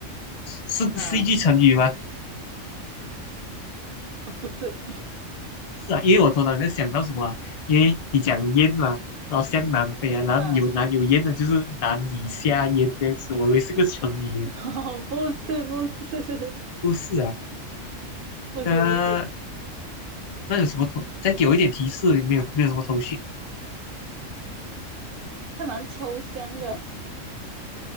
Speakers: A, on the left; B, on the right.
A: 是是一句成语吗？
B: 啊，不是，
A: 是啊，因为我头脑里面想到什么啊因为你讲燕嘛，然后向南飞啊，然后有南有燕的，
B: 嗯，
A: 就是难以下咽这样子。我以为是个成语耶，
B: <laughs> 哦不是不是
A: 不是啊。
B: 不是不是，
A: 那那有什么头？再给我一点提示，没有没有什么头绪。
B: 它蛮抽象的。